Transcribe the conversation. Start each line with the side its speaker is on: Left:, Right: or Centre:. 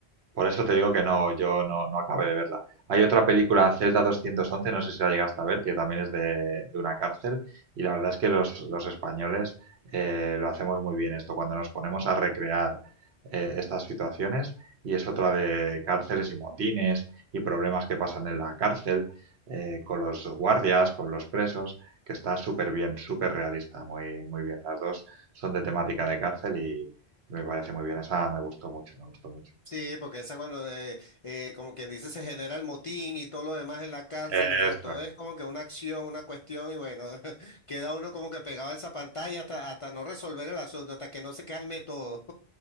Right: Por eso te digo que no, yo no, no acabé de verla. Hay otra película, Celda 211, no sé si la llegaste a ver, que también es de, de una cárcel. Y la verdad es que los, los españoles eh, lo hacemos muy bien esto, cuando nos ponemos a recrear eh, estas situaciones. Y es otra de cárceles y motines y problemas que pasan en la cárcel, eh, con los guardias, con los presos, que está súper bien, súper realista, muy, muy bien. Las dos son de temática de cárcel y me parece muy bien. Esa me gustó mucho, me gustó mucho.
Left: Sí, porque esa cuando, eh, eh, como quien dice, se genera el motín y todo lo demás en la cárcel,
Right: Eso
Left: o sea, todo
Right: es.
Left: es como que una acción, una cuestión y bueno, <laughs> queda uno como que pegado a esa pantalla hasta, hasta no resolver el asunto, hasta que no se calme todo.